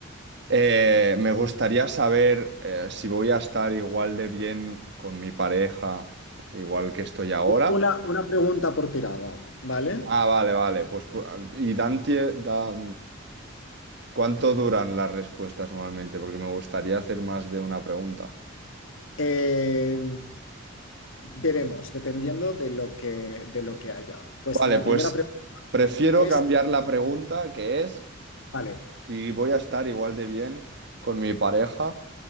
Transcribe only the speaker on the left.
U- Una, una pregunta por tirada, ¿vale?
Eh, veremos, dependiendo de lo que, de lo que haya. Pues
la
primera pregunta
es,
vale,